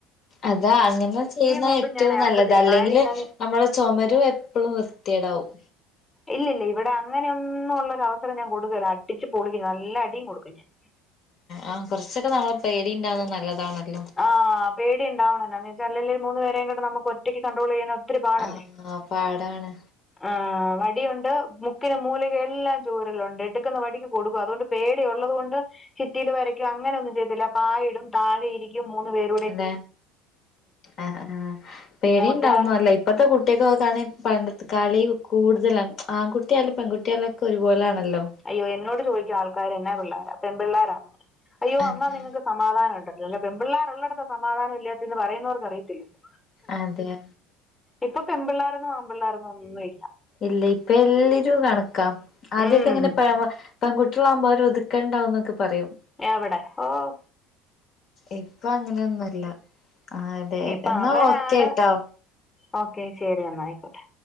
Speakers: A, on the left (about 50°); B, on the left (about 20°).
A: അതാ അങ്ങനെ ചെയ്യുന്ന
B: കൊണ്ടും
A: ഏറ്റവും
B: ഞാൻ ഇറക്കത്തില്ല
A: നല്ലത് അല്ലെങ്കില്
B: കാര്യം എന്താന്ന്
A: നമ്മള് ചൊമര് എ പ്പളും വൃത്തിയേടാവും
B: ഇല്ല ഇല്ല ഇവിടെ അങ്ങനെയൊന്നും ഉള്ളരവസരം ഞാൻ കൊടുക്കല്ല അടിച്ച് പൊളിക്കും ഞാൻ നല്ല അടിയും കൊടുക്കും ഞാൻ
A: ആഹ് കൊറച്ചൊക്കെ നമ്മളെ പേടിയിണ്ടാവുന്നെ നല്ലതാണല്ലോ
B: ആഹ് പേടിയിണ്ടാവണം എന്ന് വെച്ചാ അല്ലേൽ ഈ മൂന്ന് പേരേം കൂടെ നമുക്ക് ഒറ്റക്ക് കട്രോൾ ചെയ്യാൻ ഒത്തിരി പാടല്ലേ
A: ആഹ് പാടാണ്
B: ആഹ് വടിയുണ്ട് മുക്കിന് മൂലക്കുയെല്ലാം ചൂരലുണ്ട് എടുക്കുന്ന വടിക്ക് കൊടുക്കും അതുകൊണ്ട് പേടിയൊള്ളത് കൊണ്ട് ചിറ്റില് വരക്കും അങ്ങനൊന്നും ചെയ്ത്തില്ല പായിടും താഴെ ഇരിക്കും മൂന്ന് പേരും
A: അതെ ആഹ് ആഹ് പേടിയുണ്ടാവുന്നത്
B: മൂത്തയാള്
A: നല്ലാ ഇപ്പത്തെ കുട്ടിയക്ക് നോക്കാണെ പണ്ടത്തെ കളി കൂടുതലാണ് ആൺകുട്ടിയാലും പെൺകുട്ടിയാലും ഒക്കെ ഒരുപോലൊണല്ലോ
B: അയ്യോ എന്നോട് ചോയ്ക്കും ആൾക്കാര് എന്നാ പിള്ളോരാ? അപ്പൊ പെൺ പിള്ളോരാന്നോ അയ്യോ
A: അതെ
B: എന്നാ നിങ്ങക്ക് സമാധാനവുണ്ടല്ല അല്ലെ പെൺപിള്ളേരുള്ളടത്ത സമാധംവില്ലാത്തേന്ന് പറയുന്നവർക്ക് അയിത്തില്ലല്ലോ
A: അതെയ
B: ഇപ്പൊ പെൺപിള്ളേരന്നും ആമ്പിള്ളേരൊന്നും ഒന്നും ഇല്ല
A: ഇല്ല ഇപ്പ എല്ലജും കണക്കാ ആദ്യൊക്കെ
B: ഉം
A: ഇങ്ങനെ പേ പൺ കു ട്ടികൾ ആവുമ്പോ ഒരു ഒതുക്കണ്ടാവും എന്നൊക്കെ പറയും
B: എവിടെ ഓഹ്
A: ഇപ്പൊ അങ്ങനെയൊന്നുല്ല ആഹ് അതെ
B: ഇപ്പൊ
A: എന്നാ
B: അവരാണ്
A: ഓക്കെട്ടോ
B: ഓക്കെ ശരി എന്നാ ആയിക്കോട്ടെ